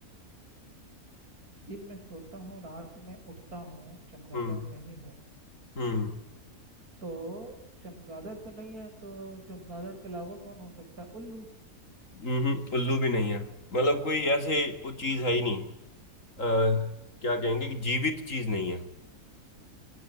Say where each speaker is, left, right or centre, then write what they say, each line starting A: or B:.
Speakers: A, on the right (about 85°); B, on the left (about 60°).
A: दिन में सोता हूँ रात में उठता हूँ चमगादड़
B: हम्म
A: नहीं हूँ
B: हम्म
A: तो चमगादड़ तो नहीं है तो चमगादड़ के अलावा कौन हो सकता है उल्लू
B: हम्म उल्लू भी नहीं है मतलब कोई ऐसे वो चीज है ही नहीं अ, क्या कहेंगे कि जीवित चीज नहीं है